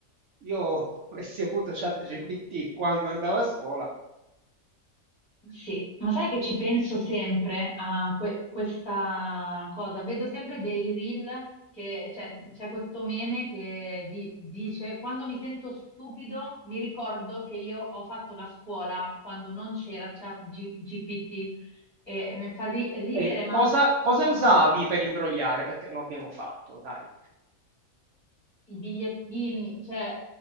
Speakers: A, on the right; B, on the left.
A: Io <laughs> avessi avuto
B: verissimo.
A: ChatGPT quando andavo a scuola,
B: Sì, ma sai che ci penso sempre a que- questa cosa? Vedo sempre dei reel che cioè, c'è questo meme che di- dice: Quando mi sento stupido, mi ricordo che io ho fatto la scuola quando non c'era Chat G- GPT e mi fa ri- ridere,
A: ok,
B: ma.
A: cosa, cosa usavi per imbrogliare? Perché lo abbiamo fatto, dai.
B: I bigliettini, cioè